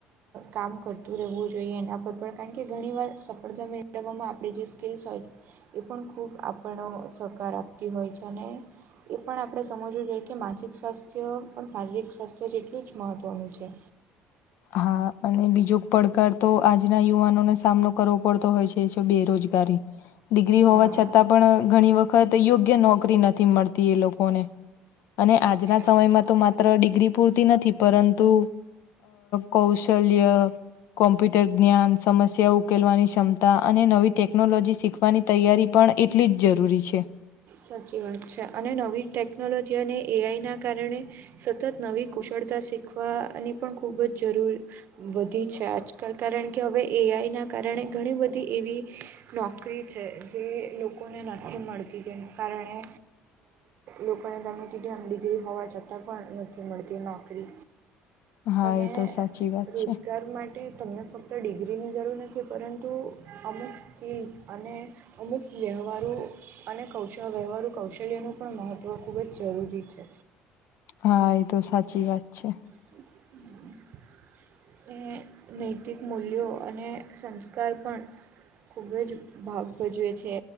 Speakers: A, on the right; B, on the left.
A: કામ કરતું રહેવું જોઈએ એના પર પણ કારણ કે ઘણી વાર સફળતા મેળવવામાં આપણી જે સ્કીલ્સ હોય છે એ પણ ખૂબ આપણો સહકાર આપતી હોય છે અને એ પણ આપણે સમજવું જોઈએ કે માનસિક સ્વાસ્થ્ય પણ શારીરિક સ્વાસ્થ્ય જેટલું જ મહત્ત્વનું છે
B: હા અને બીજો પડકાર તો આજના યુવાનોને સામનો કરવો પડતો હોય છે એ છે બેરોજગારી ડિગ્રી
A: હા
B: હોવા છતાં પણ ઘણી વખત હવે તો યોગ્ય નોકરી નથી મળતી એ લોકોને અને
A: સાચી
B: આજના
A: વાત
B: સમયમાં
A: છે
B: તો માત્ર ડિગ્રી પૂરતી નથી પરંતુ કૌશ શલ્ય કોમ્પ્યુટર જ્ઞાન સમસ્યા ઉકેલવાની ક્ષમતા હતા અને નવી ટેકનોલોજી શીખવાની તૈયારી પણ એટલી જ જરૂરી છે
A: સાચી વાત છે અને નવી ટેકનોલોજી અને એઆઈના કારણે સતત નવી કુશળતા શીખવાની પણ ખૂબ જ જરૂર વધી છે આજકાલ કારણ કે હવે એઆઈના કારણે ઘણી બધી એવી નોકરી છે જે લોકોને નથી મળતી તે કારણે લોકોને તમે કીધી આમ ડિગ્રી હોવા છતાં પણ નથી મળતી નોકરી
B: હા
A: અને
B: એ તો સાચી વાત
A: રોજગાર
B: છે
A: માટે માટે તમને ફક્ત ડિગ્રીની જરૂર નથી પરંતુ અમુક સ્કીલ્સ અને અમુક વ્યવહારો અને કૌશલ વ્યવહારું કૌશલ્યનું પણ મહત્ત્વ ખૂબ જ જરૂરી છે
B: હા એ તો સાચી વાત છે
A: <inaudible> ને નૈતિક મૂલ્યો અને સંસ્કાર પણ ખૂબ જ ભાગ ભજવે છે